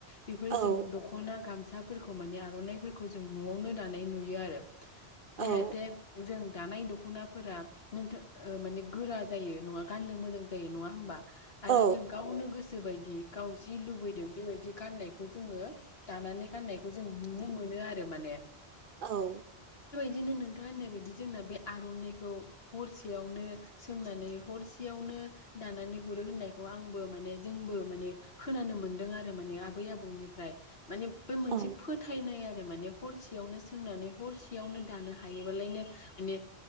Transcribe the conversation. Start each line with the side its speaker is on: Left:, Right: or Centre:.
Left: बेफोरजों
Right: औ
Left: दख'ना गाम साफोरखौ माने आर'नाइफोरखौ जों न'आवनो दानाय नुयो आरो। जाहाथे
Right: औ
Left: जों दानाय दख दख'नाफोरा नोंथ माने गोरा जायो नङा गाननो मोजां जायो नङा होमबा?
Right: औ
Left: आरो जों गावनो गोसो गोसोबायदि गाव जि लुबैदों बेबायदि गाननायखौ जोङो दानानै गाननायखौ जों नुनो मोनो आरो माने।
Right: औ।
Left: बिदिनो नोंथाङा होननाय बायदि जोंना बे आर'नाइखौ हरसेयावनो सोंनानै हरसेयावनो दानानै हरो होननायखौ आंबो माने जोंबो माने खोनानो मोनदों आरो माने आबै आबौनिफ्राय। माने बे मोनसे
Right: औ
Left: फोथायनाय आर आरो माने हरसेयावनो सोंनानै हरसेयावनो दानो हायोबालायनो माने